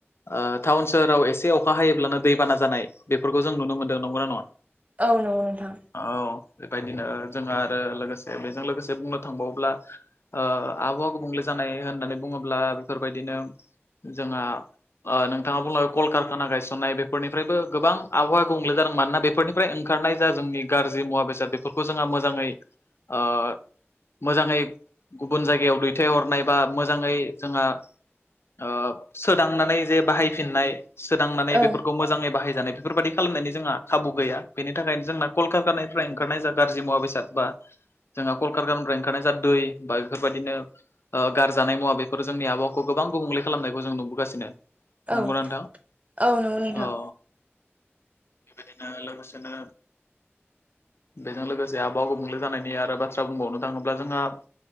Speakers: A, on the left; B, on the right.
A: ओ टाउन सोहोराव एसे अखा हायोब्लानो दैबाना जानाय बेफोरखौ जों नुनो मोनदों नंगौना नङा
B: औ नंगौ नोंथां
A: औ बेबायदिनो जोंहा आरो लोगोसे बेजों लोगोसे बुंनो थांबावोब्ला ओ आबहावा गुबुंले जानाय होननानै बुङोब्ला बेफोरबायदिनो जोंहा ओ नोंथाङा बुंलांबाय कलकारखाना गायसननाय बेफोरनिफ्रायबो गोबां आबहावा गुबुंले जादों मानोना बेफोरनि निफ्राय ओंखारनाय जा जोंनि गाज्रि मुवा बेसाद बेफोरखौ जोंहा मोजाङै ओ मोजाङै गुबुन जायगायाव दैथायहरनाय बा मोजाङै जोंहा ओ सोदांनानै जे बाहायफिननाय सोदांनानै
B: औ
A: बेफोरखौ मोजाङै बाहायजानाय बेफोरबायादि खालामनायनि जोंहा खाबु गैया बेनि थाखायनो जोंना कलकतानिफ्राय ओंखारनाय जा गाज्रि मुवा बेसाद बा जोंहा कलकार गाननिफ्राय ओंखारनाय जा दै बा बेफोरबायदिनो ओ गारजानाय मुवा बेफोर जोंनि आबावा खौ गोबां गुबुंले खालामनायखौ जों नुबोगासिनो नंगौना
B: औ औ
A: नोंथां
B: नंगौ नोंथां
A: औ बेबायदिनो लोगोसेनो बेजों लोगोसे आबहावा गुबुंले जानायनि आरो बाथ्रा बुंबावनो थाङोब्ला जोंहा